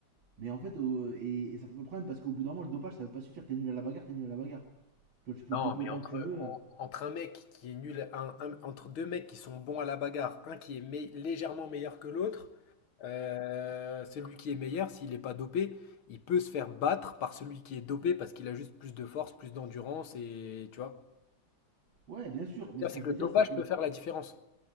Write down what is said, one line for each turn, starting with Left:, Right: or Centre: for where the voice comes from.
Right: Mais en fait, au- et, et ça peut pas problème parce qu'au bout d'un moment, le dopage ça veut pas suffire. T'es nul à la bagarre, t'es nul à la bagarre. Tu vois, tu peux
Left: Non,
Right: te doper
Left: mais
Right: autant
Left: entre,
Right: que tu veux.
Left: en- entre un mec qui est nul, un- un- entre deux mecs qui sont bons à la bagarre, un qui est mei- légèrement meilleur que l'autre, euh, celui qui est meilleur, s'il n'est pas dopé, il peut se faire battre par celui qui est dopé parce qu'il a juste plus de force, plus d'endurance et tu vois.
Right: Ouais, bien sûr. Mais
Left: C'est-à-dire,
Right: ce
Left: C'est
Right: que je
Left: que le
Right: veux
Left: dopage
Right: dire, c'est que
Left: peut faire la différence.